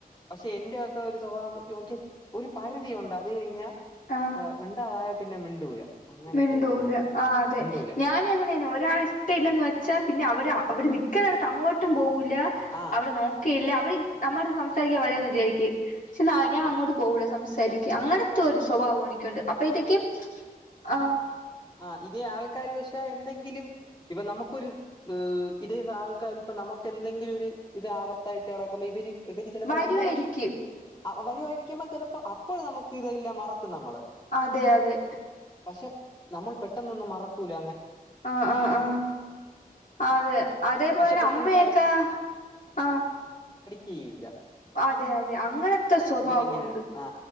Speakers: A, on the left; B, on the left.
A: പക്ഷെ എന്റെ ഒക്കെ ഒരു സ്വഭാവം വ ചോക്കിയ ഒരു പരിധിയുണ്ട് അത് കഴിഞ്ഞാൽ
B: ആഹ
A: രണ്ടായ പിന്നെ മിണ്ടൂല അങ്ങനത്തെ
B: മിണ്ടുല
A: ഒരിതാണ്
B: അതെ
A: മിണ്ടൂല
B: ഞൻ അങ്ങനെ ഒരാൾ ഇഷ്ട ഇല്ലന്ന് വെച്ചാ പിന്നെ അവരാ അവര് നൽിക്കണ അടുത്ത് അങ്ങോട്ടും പോക
A: ആ
B: അവിടെ നോക്കിയില്ല നമ്മൾ സംസാരിക്കാൻ വരാന്ന് വിചാരിക്കു പക്ഷെ ഞാൻ അങ്ങോട്ട് പോകൂുള്ള സംസാരിക്ക അങ്ങെ ഒരു സ്വഭാവ് എണിക്കണ്ട് അപ്പഴത്തേക്കും ആ
A: ആഹ ഇതേ ആൾക്കാര് പക്ഷെ എന്തെങ്കിലും ഇപ്പൊ നമുക്കൊരു ഇതേ ആൾക്കാർ ഇപ്പ നമുക്ക് എന്തെങ്കിലും ഒരു ഇത് ആപത്തായിട്ട് കിടക്കുമ്പോ ഇവര് ഇവര് ചിലപ്പോ
B: വരുവായിരിക്കും
A: ഉണ്ടെങ്കി വരുമായിരിക്കുമ്പൾ ചിലപ്പോ അപ്പോഴ നമുക്ക് ഇതല്ല മറ നമ്മൾ
B: അതെ അതെ
A: പക്ഷെ നമ്മൾ പെട്ടെന്നൊന്ന് മറ ക്കൂല
B: ആഹ ആഹ ആഹ അതെ അതേപോലെ
A: പക്ഷെ
B: തന്നെ
A: പെട്ടെന്ന്
B: അമ്മയൊക്കെ
A: പഠി
B: ആഹ
A: ചെയയില്ല
B: അതെ അതെ അങ്ങനത്തെ സ്വഭാവംണ്ട്
A: ഇവരിങ്ങനെ ആ